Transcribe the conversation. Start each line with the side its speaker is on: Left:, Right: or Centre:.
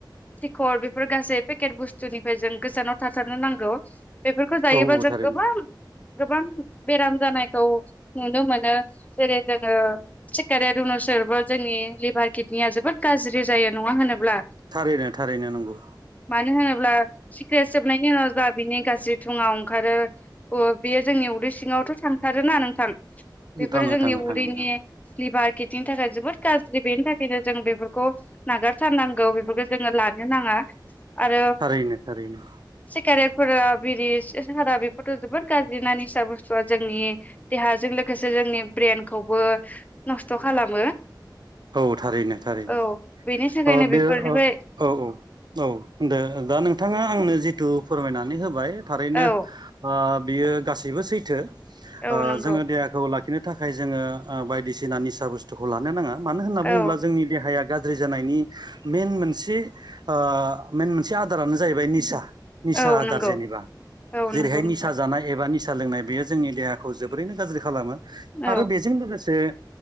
Left: सिखर बेफोर गासै पेकेट बुस्थुनिफ्राय जों गोजानाव थाथारनो नांगौ। बेफोरखौ जायोबा
Right: औ औ
Left: जों
Right: थारैनो
Left: गोबां गोबां बेराम जानायखौ नुनो मोनो जेरै जोङो सिखारेत <inaudible> जोंनि लिभार किडनिया जोबोद गाज्रि जायो नङा होनोब्ला औ
Right: थारैनो थारैनो नंगौ
Left: मानो होनोब्ला सिक्रे सोबनायनि उनाव जा बिनि गाज्रि मुङा ओंखारो बियो जोंनि उदै सिङावथ' थांथारोना नोंथां। बेफोरो
Right: थाङो
Left: जोंनि
Right: थाङो
Left: उदैनि
Right: थाङो नोंथां
Left: लिभार किटनिनि थाखाय जोबोद गाज्रि बेनि थाखायनो जों बेफोरखौ नागारथारनांगौ। जोङो लानो नाङा आरो
Right: थारैनो थारैनो
Left: सिगारेट फोरा बिरि सारा बेफोरथ' जोबोर गाज्रि ना निसा बुस्थुआ जोंनि देहाजों लोगोसे जोंनि ब्रेनखौबो नस्थ' खालामो।
Right: औ थारैनो थारैनो
Left: औ बेनि थाखायनो
Right: औ बे
Left: बेफोरनिफ्राय
Right: औ औ औ दे दा नोंथाङा आंनो जिथु फोरमायनानै होबाय थारैनो
Left: औ
Right: ओ बियो गासैबो सैथो ओ
Left: औ नंगौ
Right: जोङो देहाखौ ला खिनो थाखाय जोङो बायदिसिना निसा बुस्थुखौ लानो नाङा मानो होनना
Left: औ
Right: बुङोब्ला जोंनि देहाया गाज्रि जानायनि मेन मोनसे ओ मेन मोनसे आदारानो जाहैबाय निसा निसा
Left: औ
Right: आदार
Left: नंगौ
Right: जेनेबा
Left: औ
Right: जेरैहाय
Left: नंगौ नोंथां
Right: निसा जानाय एबा नि निसा लोंनाय बेयो जोंनि देहाखौ जोबोरैनो गाज्रि खालामो आरो
Left: औ
Right: बेजों लोगोसे